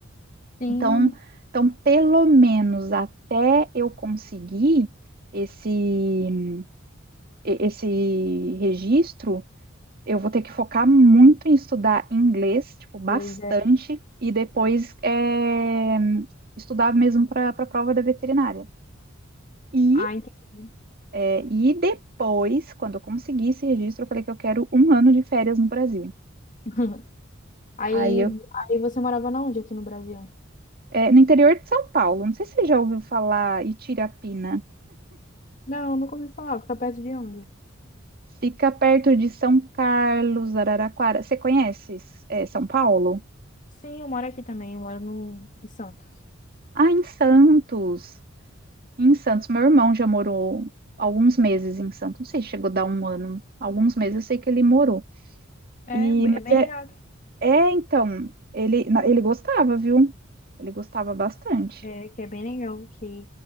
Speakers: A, on the left; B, on the right.
A: Sim,
B: então, então, pelo menos até eu conseguir esse, e- esse registro, eu vou ter que focar muito em estudar inglês, tipo, bastante,
A: inglês, é.
B: e depois eh, estudar mesmo para a prova da veterinária. E,
A: Ah, entendi.
B: eh, e depois, quando eu conseguir esse registro, eu falei que eu quero um ano de férias no Brasil.
A: <laughs> Aí,
B: Aí eu,
A: aí você morava na onde aqui no Brasil?
B: eh, no interior de São Paulo, não sei se você já ouviu falar Itirapina.
A: Não, nunca ouvi falar. Fica perto de onde?
B: Fica perto de São Carlos, Araraquara. Você conhece, é, São Paulo?
A: Sim, eu moro aqui também, eu moro no, em Santos.
B: Ah, em Santos. Em Santos, meu irmão já morou alguns meses em Santos. Não sei, chegou a dar um ano. Alguns meses eu sei que ele morou.
A: É,
B: E, mas
A: é bem
B: é,
A: legal, aqui.
B: é, então, ele, na- ele gostava, viu? Ele gostava bastante.
A: é, que é bem legal que